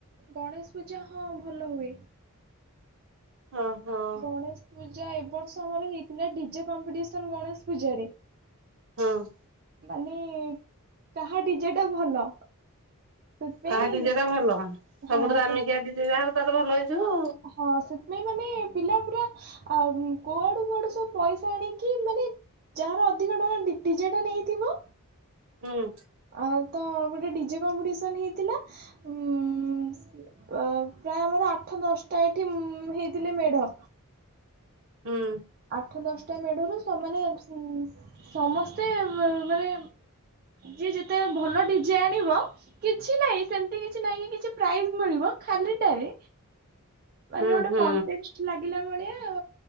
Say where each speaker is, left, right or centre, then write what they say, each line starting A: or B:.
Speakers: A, on the right (about 45°); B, on the right (about 60°).
A: ଗଣେଶ ପୂଜା ହଁ ଭଲ ହୁଏ।
B: ହଁ ହଁ।
A: ଗଣେଶ ପୂଜା ଏବ ବର୍ଷ ଆମର ହେଇଥିଲା ଡିଜେ କମ୍ପିଟିସନ ଗଣେଶ ପୂଜାରେ।
B: ହଁ ଅଁ
A: ମାନେ କାହା ଡିଜେ ଟା ଭଲ। ସେଥିପାଇଁ
B: କାହା ଡିଜେଟା ଭଲ, ସବୁଠୁ
A: ହଁ
B: ଦାମିକିଆ
A: ସେ
B: ଡିଜେ ଯାହାର ତଲେ ଭଲ ହେଇଯିବ।
A: ହଁ, ସେଥିପାଇଁ ମାନେ ପିଲା ପୁରା ଆ କୋଉଆଡୁ କୁଆଡୁ ସବୁ ପଇସା ଆଣିକି ମାନେ ଯାହାର ଅଧିକ ଟଙ୍କା ଡିଜେଟା ନେଇଥିବ।
B: ହୁଁ ଉଁ
A: ଆ ତ ଗୋଟେ ଡିଜେ କମ୍ପିଟିସନ ହେଇଥିଲା ଉ ଅ ପ୍ରାୟ ଆମର ଆଠ ଦଶଟା ଏଇଠି ହେଇଥିଲେ ମେଢ।
B: ହୁଁ
A: ଆଠ ଦଶଟା ମେଢରୁ, ସେମାନେ ସମସ୍ତେ ମାନେ ଯ ଯେତେ ଭଲ ଡିଜେ ଆଣିବ କିଛି ନାହିଁ ସେମତି କିଛି ନାହିଁ କି କିଛି ପ୍ରାଇସ ମିଳିବ ଖାଲିଟାରେ।
B: <inaudible>
A: ମାନେ ଗୋଟେ
B: ହୁଁ
A: କଣ୍ଟେଷ୍ଟ ଲାଗିଲା ଭଳିଆ